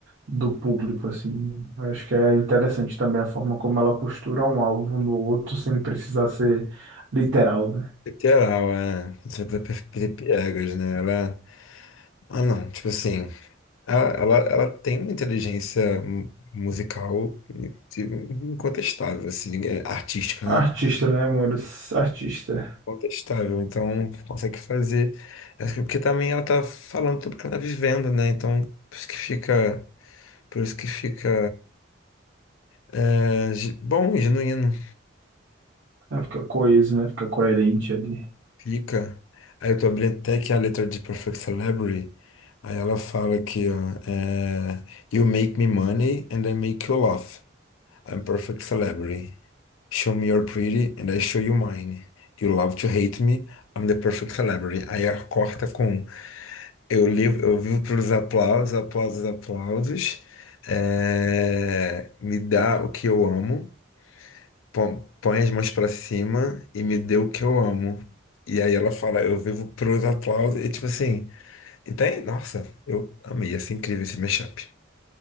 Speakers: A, on the right (about 65°); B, on the left (about 80°).
A: do público, assim. Acho que é interessante também a forma como ela costura um álbum no outro sem precisar ser literal, né?
B: Literal, é. Não sei pra pra- pra piegas, né? Ela. Ah, não. Tipo assim, ela, ela, ela tem uma inteligência mu- musical in- incontestável, assim, ninguém- artística, né?
A: Artista, né, amores? Artista.
B: contestável, então consegue fazer. Acho que Porque também ela tá falando tudo que ela tá vivendo, né? Então, por isso que fica, por isso que fica é, ge- bom, e genuíno,
A: Ela fica coeso, né? Fica coerente ali.
B: fica. Aí eu tô abrindo até aqui a letra de Perfect Celebrity. Aí ela fala aqui, ó, é, You make me money and I make you laugh. I'm perfect celebrity. Show me your pretty and I show you mine. You love to hate me, I'm the perfect celebrity. Aí ela corta com Eu, li, eu vivo para os aplausos, aplausos, aplausos. É, me dá o que eu amo, põe, põe as mãos para cima e me dê o que eu amo. E aí ela fala, eu vivo para os aplausos. E tipo assim, então, nossa, eu amei, assim, incrível esse mashup.